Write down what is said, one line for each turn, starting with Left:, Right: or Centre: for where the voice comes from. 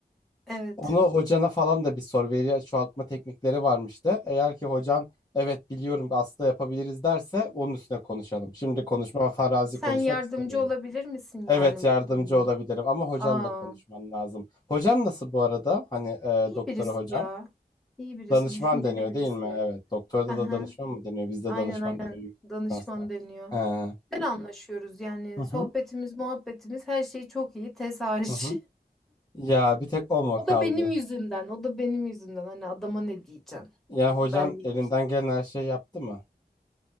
Centre: Evet.
Left: Onu hocana falan da bir sor. Veri çoğaltma teknikleri varmış da. Eğer ki hocan evet biliyorum aslında yapabiliriz derse onun üstüne konuşalım. Şimdi konuşma farazi
Centre: Sen
Left: konuşmak
Centre: yardımcı
Left: istemiyorum.
Centre: olabilir misin
Left: Evet
Centre: yani
Left: yardımcı
Centre: bu konuda?
Left: olabilirim ama hocanla
Centre: Aa,
Left: konuşman lazım. Hocan nasıl bu arada? Hani e,
Centre: iyi
Left: doktora
Centre: birisi
Left: hocam?
Centre: ya. İyi birisi,
Left: Danışman
Centre: düşünceli
Left: deniyor
Centre: birisi.
Left: değil mi? Evet. Doktorda
Centre: Aha,
Left: da danışman mı deniyor? Bizde
Centre: aynen
Left: danışman
Centre: aynen.
Left: deniyor yüksek
Centre: Danışman
Left: lisansta.
Centre: deniyor.
Left: Ee, hı
Centre: Güzel anlaşıyoruz yani.
Left: hı,
Centre: Sohbetimiz, muhabbetimiz her şey çok iyi. Tez hariç.
Left: hı hı.
Centre: <laughs>
Left: Ya bir tek o mu
Centre: O
Left: kaldı?
Centre: da benim yüzümden. O da benim yüzümden. Hani adama ne diyeceksin?
Left: Ya hocan
Centre: Benlik
Left: elinden
Centre: bir şey.
Left: gelen her şeyi yaptı mı?